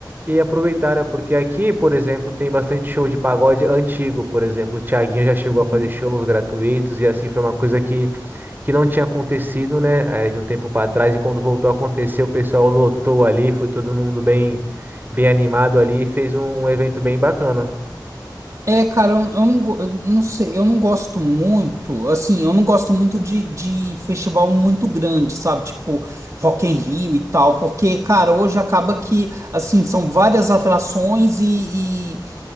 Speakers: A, on the right (about 25°); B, on the right (about 40°).
A: E aproveitar, né? Porque aqui, por exemplo, tem bastante show de pagode antigo, por exemplo. O Thiaguinho já chegou
B: Uhum.
A: a fazer shows gratuitos e assim foi uma coisa que, que não tinha acontecido, né? eh, de um tempo para trás e quando voltou a acontecer, o pessoal lotou ali, foi todo mundo bem bem animado ali, fez um, um evento bem bacana.
B: É, cara, eu, eu não, go- eu não sei, eu não gosto muito, assim, eu não gosto muito de, de festival muito grande, sabe? Tipo, Rock in Rio e tal, porque, cara, hoje acaba que, assim, são várias atrações e,